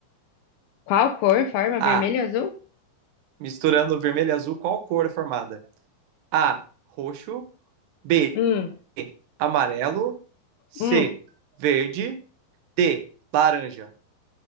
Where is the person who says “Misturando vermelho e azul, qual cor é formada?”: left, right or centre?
Right